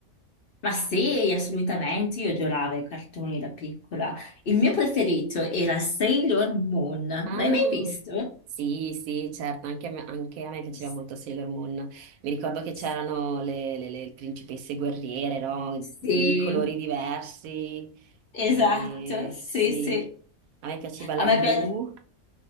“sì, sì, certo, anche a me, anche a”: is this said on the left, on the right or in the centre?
Right